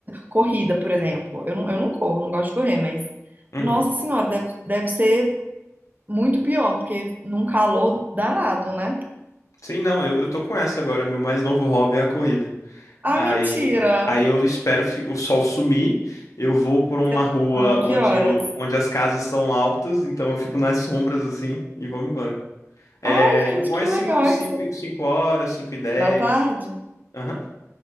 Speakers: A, on the right; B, on the left.
A: corrida, por exemplo. Eu não, eu não corro, não gosto de correr, mas,
B: Uhum.
A: nossa senhora, deve, deve ser muito pior, porque num calor danado, né?
B: Sim, não, eu, eu tô com essa agora. Meu mais novo hobby é a corrida.
A: Ah,
B: Aí,
A: mentira!
B: aí eu espero fi- o sol sumir. Eu vou por uma
A: Você-
B: rua
A: Ah,
B: onde,
A: que horas?
B: o- onde as casas são altas, então eu fico nas sombras assim e vou embora. É,
A: Ai, gente,
B: o bom
A: que
B: é
A: legal
B: cinco 5,
A: isso.
B: 5 horas, 5 e 10.
A: Da tarde?
B: Aham,